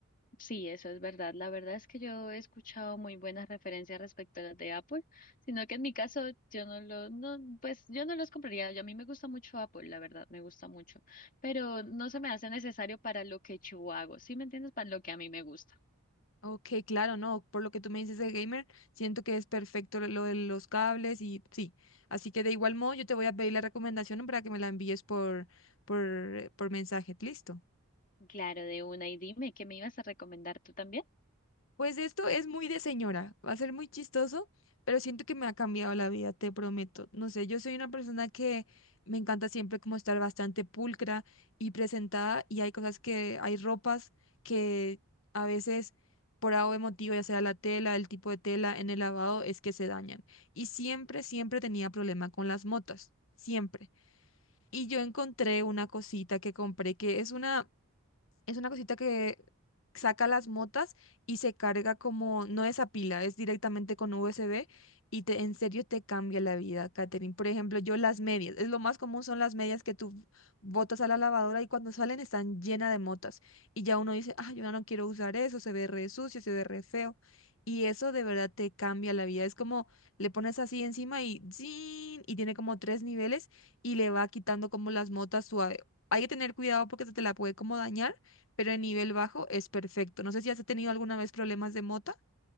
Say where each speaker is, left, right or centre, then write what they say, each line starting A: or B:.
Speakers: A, on the left (about 35°); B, on the left (about 60°).
A: Sí, eso es verdad. La verdad es que yo he escuchado muy buenas referencias respecto a las de Apple, sino que en mi caso yo no lo, no, pues yo no los compraría. Yo- a mí me gusta mucho Apple, la verdad, me gusta mucho, pero no se me hace necesario para lo que yo hago, ¿sí me entiendes? Para lo que a mí me gusta.
B: Ok, claro, no. Por lo que tú me dices de gamer, siento que es perfecto lo lo de los cables y sí. Así que de igual modo, yo te voy a pedir la recomendación para que me la envíes por, por, por mensaje. ¿Listo?
A: Claro, de una. Y dime, ¿qué me ibas a recomendar tú también?
B: Pues esto es muy de señora, va a ser muy chistoso, pero siento que me ha cambiado la vida, te prometo. No sé, yo soy una persona que me encanta siempre como estar bastante pulcra y presentada y hay cosas que, hay ropas que a veces por algo emotivo, ya sea la tela, el tipo de tela en el lavado, es que se dañan. Y siempre, siempre tenía problema con las motas, siempre. Y yo encontré una cosita que compré que es una... Es una cosita que saca las motas y se carga como, no es a pila, es directamente con USB y te, en serio te cambia la vida, Katherine. Por ejemplo, yo las medias, es lo más común son las medias que tú botas a la lavadora y cuando salen están llenas de motas. Y ya uno dice, ah, yo ya no quiero usar eso, se ve re sucio, se ve re feo. Y eso de verdad te cambia la vida. Es como le pones así encima y ¡zin! y tiene como tres niveles y le va quitando como las motas suave. Hay que tener cuidado porque se te la puede como dañar pero en nivel bajo es perfecto. No sé si has tenido alguna vez problemas de mota.